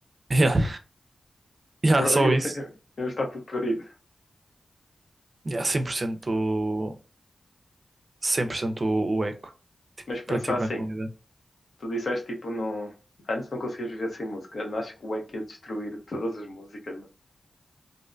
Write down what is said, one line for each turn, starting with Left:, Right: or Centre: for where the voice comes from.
Right: Yeah,
Left: <laughs>
Right: yeah,
Left: Bro,
Right: só
Left: ia,
Right: isso.
Left: ia estar tudo perdido.
Right: Yeah, 100% o, 100% o, o eco. Tipo,
Left: Mas pensar
Right: para ti branco
Left: assim,
Right: não dá.
Left: Tu disseste, tipo, não... antes não conseguias viver sem música. Não acho que o eco ia destruir todas as músicas, mano.